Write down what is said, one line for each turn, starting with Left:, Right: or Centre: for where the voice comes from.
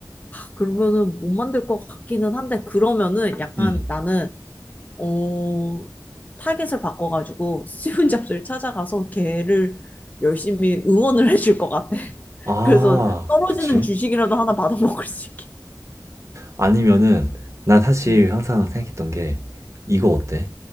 Left: 그러면은 못 만들 것 같기는 한데, 그러면은 약간
Right: 음.
Left: 나는 어, 타겟을 바꿔가지고 스티븐 잡스를 찾아가서 걔를 열심히 응원을 해줄 것 같아. <laughs>
Right: 아,
Left: 그래서 떨어지는
Right: 그치.
Left: 주식이라도 하나 받아먹을 수 있게.
Right: 아니면은 난 사실
Left: 음.
Right: 항상 생각했던 게 이거 어때?